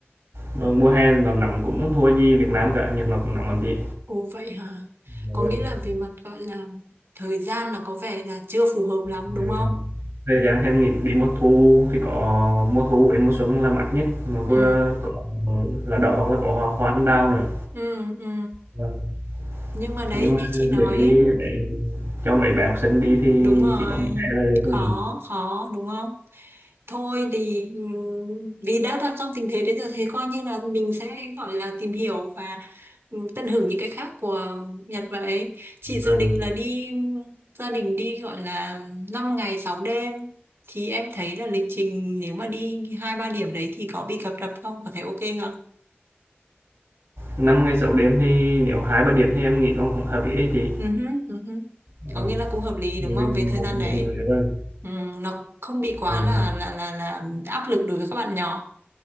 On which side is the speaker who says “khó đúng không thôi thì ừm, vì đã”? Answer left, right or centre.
Right